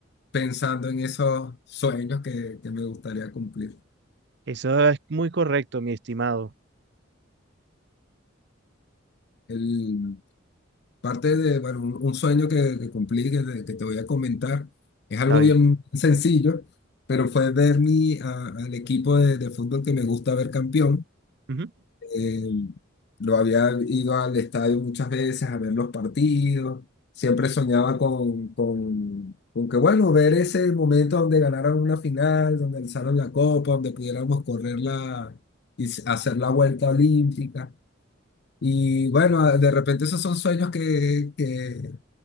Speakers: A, on the left; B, on the right.
A: pensando en esos sueños que, que me gustaría cumplir.
B: Eso es muy correcto, mi estimado.
A: El, parte de, bueno, un, un sueño que, que cumplí, que, te que te voy a comentar, es algo
B: Está bien.
A: bien sencillo, pero fue ver mi, a- al equipo de, de fútbol que me gusta ver campeón.
B: Ujú,
A: eh, lo había ido al estadio muchas veces a ver los partidos. Siempre soñaba con, con, con que, bueno, ver ese momento donde ganaran una final, donde alzaron la copa, donde pudiéramos correrla y s- hacer la vuelta olímpica. Y bueno, de repente esos son sueños que, que,